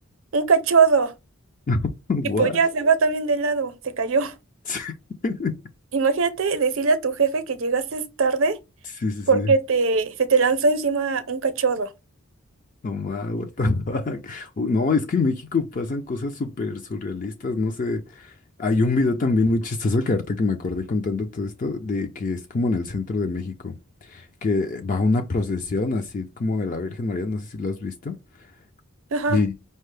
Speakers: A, on the right; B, on the left.
A: un cachorro.
B: <laughs>
A: Y
B: What?
A: pues ya se va también de lado, se cayó.
B: <laughs>
A: <laughs> Imagínate decirle a tu jefe que llegaste tarde
B: Sí, sí,
A: porque
B: sí.
A: te, se te lanzó encima un cachorro.
B: No ma, what the fuck. Uy, No, es que en México pasan cosas súper surrealistas, no sé. Hay un video también muy chistoso que ahorita que me acordé contando todo esto, de que es como en el centro de México, que va una procesión así como de la Virgen María, no sé si lo has visto.
A: Ajá.
B: Y,